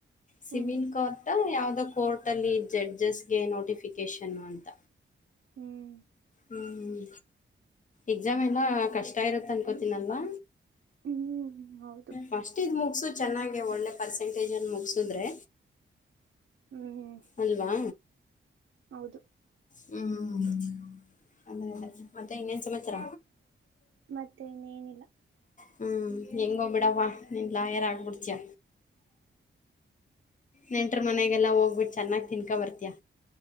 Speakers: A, on the left (about 35°); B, on the right (about 70°).
A: ಸಿವಿಲ್
B: ಹ್ಮ್
A: ಕೋರ್ಟ್ ಯಾವ್ದ ಕೋರ್ಟ್ ಅಲ್ಲಿ ಜಡ್ಜಸ್ಗೆ ನೋಟಿಫಿಕೇಶನ್ ಅಂತ
B: ಹ್ಮ್
A: ಹ್ಮ್ ಎಕ್ಸಾಮ್ ಎಲ್ಲ ಕಷ್ಟ ಇರುತ್ತ ಅನ್ಕೋತೀನಲ್ವಾ
B: ಹ್ಮ್ ಹೌದು
A: ಫಸ್ಟ್ ಇದ್ ಮುಗಸು ಚೆನ್ನಾಗೆ ಒಳ್ಳೆ ಪರ್ಸೆಂಟೇಜಲ್ಲಿ ಮುಗಸಿದ್ರೆ
B: ಹ್ಮ್
A: ಅಲ್ವಾ
B: ಹೌದು
A: ಹ್ಮ್ ಅ ಮತ್ತೆ ಇನ್ನೇನ್ ಸಮಚರ
B: ಮತ್ತೆ ಇನ್ೇನಿಲ್ಲ
A: ಹಾ ಹೆಂಗ ಹೋಗ್ಬಿಡವಾ ನೀನ್ ಲಾಯರ್ ಆಗ್ಬಿಡ್ತಿಯ ನೆಂಟ್ರ ಮನೆಗೆಲ್ಲ ಹೋಗ್ಬಿಟ್ಟು ಚೆನ್ನಾಗಿ್ ತಿನ್ಕೊ ಬರ್ತಯ